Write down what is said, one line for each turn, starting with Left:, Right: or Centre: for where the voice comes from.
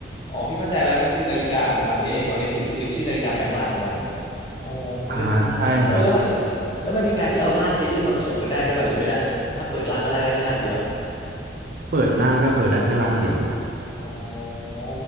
Left: อ๋อพี่เข้าใจแล้วมันคือนาฬิกาของมันนี่เองออมนิทริกซ์คือชื่อนาฬิกาแปลงร่างของมัน โอ้มันลึกนี่แล้วเออแล้วมัน
Right: อ่าใช่ครับ
Left: แล้วมันมีการที่เอาร่างเอเลี่ยนมาผสมกันได้ด้วยป่ะหรือไม่ได้ถ้าเปิดร่างก็ไล่ได้แค่ร่างเดียว
Right: เปิดร่างก็คือได้แค่ร่างเดียวครับ
Left: อ๋อโอ้